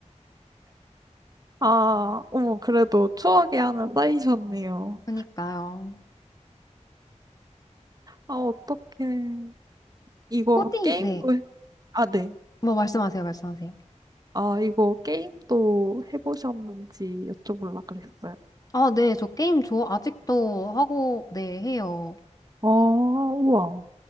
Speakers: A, on the right; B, on the left.
A: 아, 아, 어머, 그래도 추억이 하나 쌓이셨네요.
B: <laughs> 그니까요.
A: 아, 어떡해. 이거
B: 포디
A: 게임도,
B: 네.
A: 해- 아, 네.
B: 뭐 말씀하세요, 말씀하세요.
A: 아, 이거 게임도 해보셨는지 여쭤보려고 그랬어요.
B: 아, 네, 저 게임 좋아, 아직도 하고, 네, 해요.
A: 아, 우와.